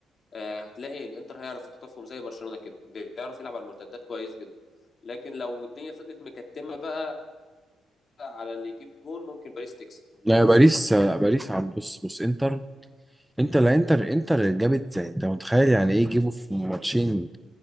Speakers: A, on the left; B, in the centre.
A: آه، هتلاقي الإنتر هيعرف يخطفهم زي برشلونة كده بيعرف يلعب على المرتدات كويس جدا لكن لو الدنيا فضلت مكتمة بقى على اللي يجيب جون ممكن باريس تكسب
B: لا باريس لا باريس عم بص بص انتر انتر لا انتر انتر جابت يعني انت متخيل يعني ايه يجيبوا في ماتشين